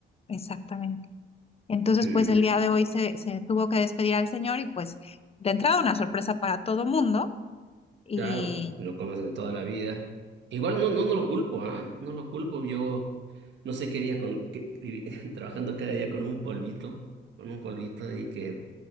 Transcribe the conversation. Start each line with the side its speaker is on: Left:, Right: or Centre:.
Left: exactamente. Entonces,
Right: Mm,
Left: pues el día de hoy se, se tuvo que despedir al señor y pues de entrada una sorpresa para todo mundo y
Right: claro, lo conoces de toda la vida. Igual no, no, no lo culpo, ¿ah? No lo culpo. Yo no sé qué día con, que- vivi- <laughs> trabajando cada día con un polvito, con un polvito y que,